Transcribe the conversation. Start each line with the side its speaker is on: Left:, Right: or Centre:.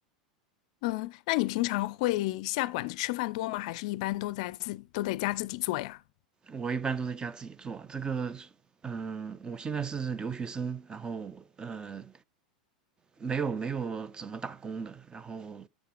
Left: 嗯，那你平常会下馆子吃饭多吗？还是一般都在自都在家自己做呀？
Right: 我一般都在家自己做，这个，嗯，我现在是留学生，然后呃没有没有怎么打工的，然后